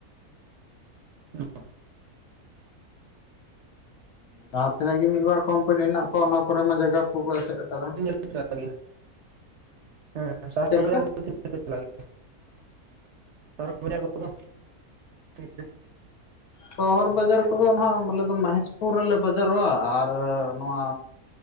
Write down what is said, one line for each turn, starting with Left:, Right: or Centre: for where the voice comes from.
Right: <unintelligible>
Left: ᱡᱟᱦᱟᱸ ᱛᱤᱱᱟᱹᱜ ᱜᱮ ᱢᱤᱫᱵᱟᱨ ᱠᱳᱢᱯᱟᱱᱤ ᱦᱮᱱᱟᱜ ᱠᱚᱣᱟ ᱚᱱᱟ ᱠᱚᱨᱮ ᱢᱟ ᱡᱟᱭᱜᱟ ᱠᱚᱠᱚ ᱮᱥᱮᱫ ᱠᱟᱫᱟ᱾
Right: ᱪᱟᱞᱟᱜ ᱜᱮᱭᱟ ᱦᱮᱸ ᱥᱟᱦᱟᱨ
Left: ᱪᱮᱫ ᱞᱮᱠᱟ
Right: ᱵᱟᱡᱟᱨ ᱫᱚ ᱛᱤᱱᱟᱹᱜ ᱥᱟᱺᱜᱤᱧ ᱯᱮ ᱪᱟᱞᱟᱜ ᱜᱮᱭᱟ? ᱥᱚᱦᱚᱨ ᱵᱟᱡᱟᱨ ᱠᱚᱫᱚ <unintelligible>
Left: ᱥᱚᱦᱚᱨ ᱵᱟᱡᱟᱨ ᱠᱚᱫᱚ ᱱᱟᱦᱟᱜ ᱢᱟᱞᱮ ᱢᱚᱦᱮᱥᱯᱩᱨ ᱨᱮᱞᱮ ᱵᱟᱡᱟᱨᱚᱜᱼᱟ ᱟᱨ ᱱᱚᱣᱟ